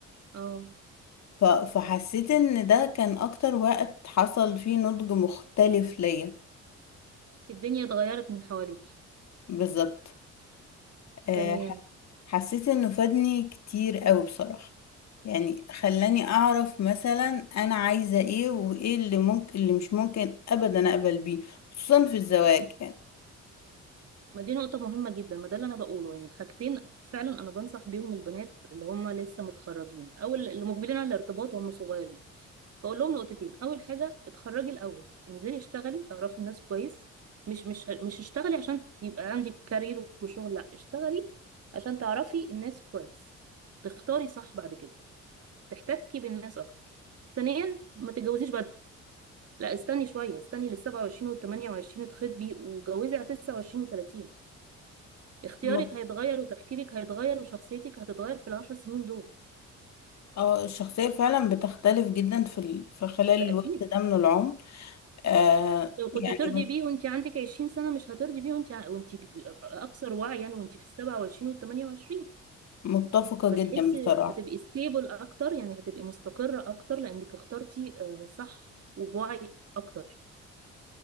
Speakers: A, on the right; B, on the left.
A: اه
B: ف... فحسيت إن ده كان أكتر وقت حصل فيه نضج مختلف ليا
A: الدنيا اتغيرت من حواليك
B: بالظبط آه،
A: تمام
B: ح- حسيت إنه فادني كتير قوي بصراحة يعني خلاني أعرف مثلا أنا عايزة إيه وإيه اللي ممكن اللي مش ممكن أبدا أقبل بيه خصوصا في الزواج
A: ما دي نقطة مهمة جدا ما ده اللي أنا بقوله يعني حاجتين فعلا أنا بنصح بيهم البنات اللي هم لسه متخرجين أو اللي مقبلين على الارتباط وهم صغيرين بقول لهم نقطتين أول حاجة اتخرجي الأول انزلي اشتغلي اعرفي الناس كويس مش مش مش اشتغلي عشان يبقى عندك كارير وشغل لا اشتغلي عشان تعرفي الناس كويس تختاري صح بعد كده تحتكي بالناس أكتر ثانيا ما تتجوزيش بدري لا استني شوية استني لل 27 وال 28 تخطبي وجوزي على 29 و30 اختيارك
B: يعني
A: هيتغير وتفكيرك هيتغير وشخصيتك هتتغير في العشر سنين دول
B: اه الشخصية فعلا بتختلف جدا في ال... في خلال
A: ده
B: الوقت
A: اكيد
B: ده من العمر آه
A: لو كنت
B: يعني
A: ترضي
B: م-
A: بيه وانت عندك 20 سنة مش هترضي بيه وانت ع- وانت كب- اكثر وعيا وانت في ال 27 وال 28
B: متفقة
A: فتحسي
B: جدا بصراحة
A: هتبقي ستيبل اكتر يعني هتبقي مستقرة اكتر لانك اخترتي آه، صح وبوعي اكتر